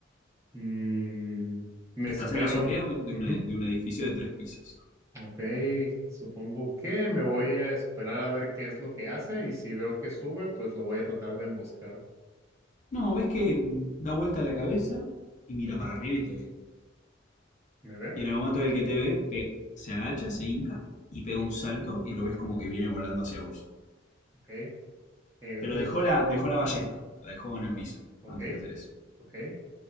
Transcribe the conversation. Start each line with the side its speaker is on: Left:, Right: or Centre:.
Right: Mm, me
Left: Estás
Right: espero.
Left: en la azotea de un, de
Right: Ujú,
Left: un- de un edificio de tres pisos.
Right: Ok, supongo que me voy a esperar a ver qué es lo que hace y si veo que sube, pues lo voy a tratar de emboscar.
Left: No, ves que da vuelta la cabeza y mira
Right: Ujú,
Left: para arriba y te ve.
Right: ¿Me ve?
Left: Y en el momento en el que te ve, pe- se agacha, se hinca y pega un salto y lo ves como que viene volando hacia vos.
Right: Ok. Eh,
Left: Pero
Right: justo.
Left: dejó la, dejó la ballesta, la dejó en el
Right: Ok,
Left: piso
Right: ok.
Left: antes de hacer eso.
Right: ok.